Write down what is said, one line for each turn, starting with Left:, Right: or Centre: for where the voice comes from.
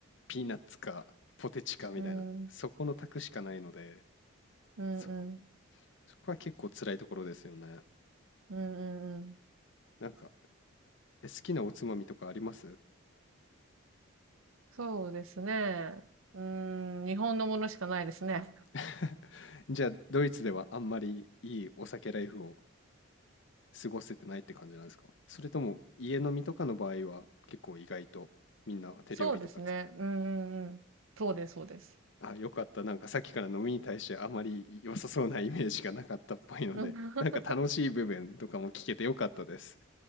Left: ピーナッツかポテチかみたいな。
Right: うん、うん、
Left: そこの択しかないので、
Right: うん、
Left: そこ、そこは結構辛いところですよね。
Right: うん、うんうん。
Left: なんか、え好きなおつまみとかあります
Right: そうですね。うん、日本のものしかないですね。
Left: <laughs> じゃあドイツではあんまりいいお酒ライフを過ごせてないって感じなんですかそれとも家飲みとかの場合は結構意外とみんな手料理とか使
Right: そうですね。うん、うん、うん。そうです、そうです。
Left: う。あ、よかった。なんかさっきから飲みに対してあまり良さそうなイメージがなかったっぽいので、
Right: うん <laughs>
Left: なんか楽しい部分とかも聞けてよかったです。